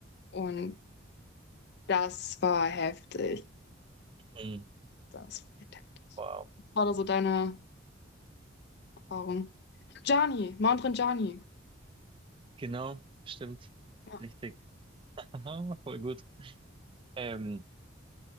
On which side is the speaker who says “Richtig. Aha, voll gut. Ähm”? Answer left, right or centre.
Right